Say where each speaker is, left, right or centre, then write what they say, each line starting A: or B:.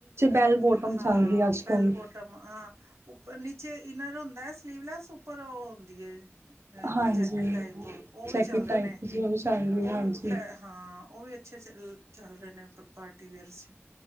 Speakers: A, on the right (about 65°); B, on the right (about 80°).
A: ਬੈਲ ਬੋਟਮ ਚੱਲ
B: ਹਾਂ,
A: ਰਹੀ ਅੱਜ
B: ਬੈਲ
A: ਕੱਲ੍ਹ
B: ਬੋਟਮ ਹਾਂ, ਉਪਰ ਨੀਚੇ ਹੁੰਦਾ ਸਲੀਵਲੈਸ ਉੱਪਰ ਉਹ ਹੁੰਦੀ ਐ। ਅ
A: ਹਾਂਜੀ
B: ਜੈਕਟ ਟਾਈਪ ਉਹ ਵੀ
A: ਜੈਕਟ
B: ਚੱਲ ਰਹੇ
A: ਟਾਈਪ
B: ਨੇ,
A: ਜੀ ਉਹ ਵੀ ਚੱਲ ਰਹੀ
B: ਉਹ
A: ਹਾਂਜੀ
B: ਵੀ ਹਾਂ, ਉਹ ਵੀ ਅੱਛੇ ਚੱਲ ਰਹੇ ਨੇ ਪਾਰਟੀ ਵੇਅਰ ਚ।